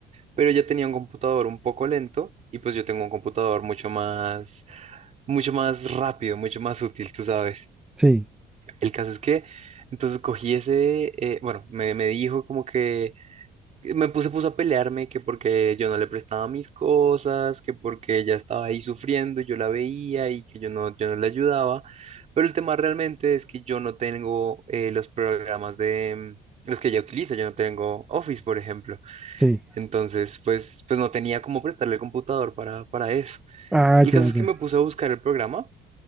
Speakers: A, on the right; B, in the centre.
A: pero ella tenía un computador un poco lento y pues yo tengo un computador mucho más, mucho más rápido, mucho más útil, tú sabes.
B: sí,
A: El caso es que entonces cogí ese, eh, bueno, me, me dijo como que me puse, puso a pelearme, que porque yo no le prestaba mis cosas, que porque ella estaba ahí sufriendo, y yo la veía y que yo no, yo no le ayudaba. Pero el tema realmente es que yo no tengo eh, los programas de mm, los que ella utiliza, yo no tengo Office, por ejemplo.
B: sí.
A: Entonces, pues, pues no tenía cómo prestarle el computador para, para eso.
B: Ah,
A: El
B: ya,
A: caso es que
B: ya.
A: me puse a buscar el programa